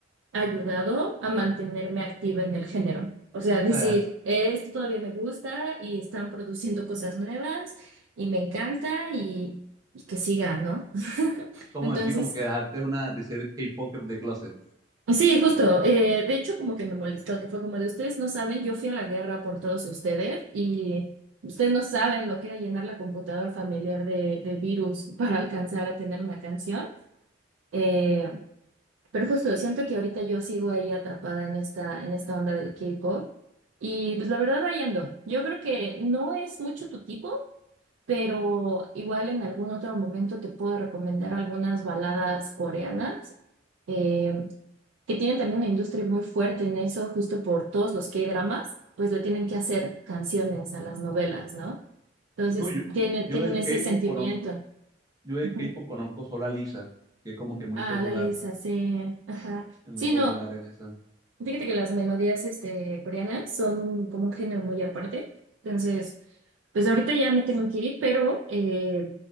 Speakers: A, on the right; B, on the right.
A: ayudado a mantenerme activa en el género. O sea, decir,
B: O sea, deja-
A: esto todavía me gusta y están produciendo cosas nuevas y me encanta y, y que siga, ¿no? <laughs>
B: Como
A: Entonces,
B: decir, como que dejaste una de ser K-Poker de closet.
A: Sí, justo. eh, de hecho, como que me molestó, que fue como de ustedes no saben, yo fui a la guerra por todos ustedes y ustedes no saben lo que era llenar la computadora familiar de, de virus <laughs> para alcanzar a tener una canción. Eh, pero justo, siento que ahorita yo sigo ahí atrapada en esta, en esta onda del K-pop y pues la verdad ahí ando. Yo creo que no es mucho tu tipo, pero igual en algún otro momento te puedo recomendar algunas baladas coreanas. eh, que tienen también una industria muy fuerte en eso, justo por todos los K-dramas, pues le tienen que hacer canciones a las novelas, ¿no? Entonces
B: No, yo,
A: tienen,
B: yo
A: tienen
B: del
A: ese
B: K-pop
A: sentimiento.
B: conozco, yo del
A: Ujú.
B: K-pop conozco solo a Lisa, que es como que muy
A: Ah,
B: popular,
A: la Lisa, sí. Ajá.
B: es muy
A: Sí,
B: popular
A: no.
B: en esa.
A: Fíjate que las melodías este, coreanas son como un género muy aparte. Entonces, pues ahorita ya me tengo que ir, pero eh,